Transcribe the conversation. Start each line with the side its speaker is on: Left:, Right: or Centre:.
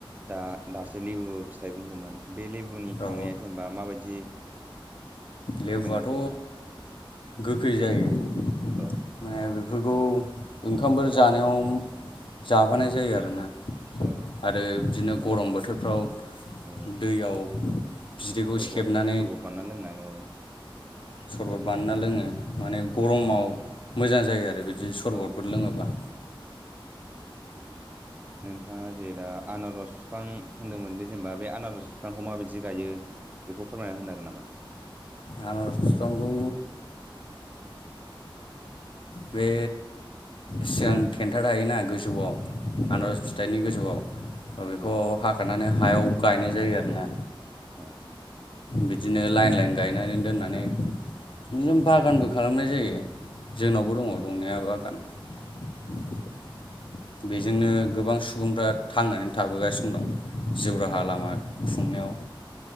Right: दा दासो लेबु फिथाइ बुंदोंमोन। बे लेबुनि थावनाया
Left: औ
Right: जेनेबा माबायदि फोरमायनानै
Left: लेबुआथ'
Right: खोन्थालाय
Left: गोखै जायो।
Right: औ।
Left: माने बेफोरखौ ओंखामफोर जानायाव जाफानाय जायो आरोना।
Right: औ
Left: आरो बिदिनो गरम बोथोरफ्राव
Right: औ
Left: दैयाव बिदैखौ
Right: सरबत
Left: सेबनानै
Right: बानायना लोंनाय औ।
Left: सरबत बानायना लोङो माने गरमाव
Right: औ
Left: मोजां जायो आरो। सरबटफोर
Right: औ
Left: लोङोबा।
Right: नोंथाङा जे दा आनारस बिफां होन्दोंमोन बे जेनेबा बे आनारस बिफांखौ माबायदि गायो। बेखौ फोरमायना होननांगोन नामा?
Left: आनारस बिफांखौ बे सिगां थेन्था थायोना गोजौआव
Right: औ
Left: आनारज फिथाइनि गोजौआव बेखौ
Right: औ
Left: हाखानानै हायाव गायनाय जायो आरोना।
Right: औ।
Left: बिदिनो लाइन लाइन गायनानै दोननानै बिनो बागानबो खालामनाय जायो जोंनावबो <unintelligible> बेजोंनो गोबां सुबुंफ्रा थांनानै थाबोगासिनो दं जिउ
Right: औ
Left: राहा लामा खुंनायाव